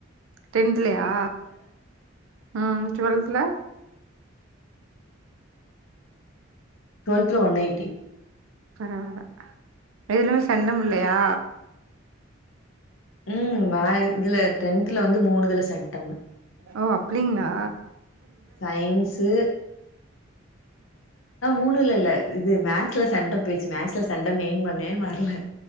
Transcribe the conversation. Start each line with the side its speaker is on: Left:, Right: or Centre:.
Right: டென்த்லயா ம் டுவெல்த்ல
Left: டுவெல்த்ல ஒன் எய்ட்டி
Right: பரவால்ல எதுலயுமே செண்டம் இல்லயா
Left: ம் நா இதுல டென்தல வந்து மூணுதுல செண்டம்
Right: ஓ அப்டிங்ளா
Left: சயின்ஸு மூணுல இல்ல இது மேக்ஸ்ல செண்டம் போய்ச்சு மேக்ஸ்ல செண்டம் எய்ம் பண்ணே வரல